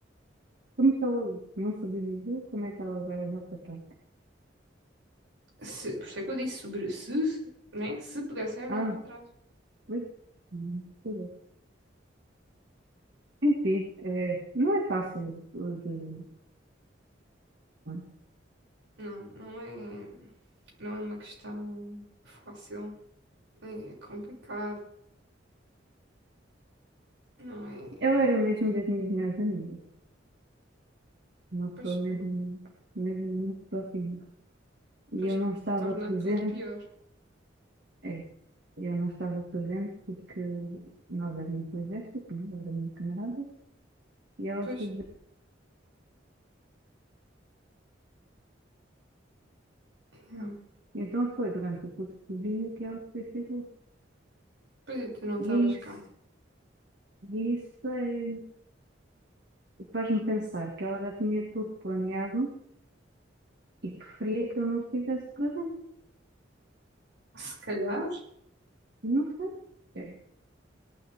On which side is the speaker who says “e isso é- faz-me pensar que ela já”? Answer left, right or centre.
Right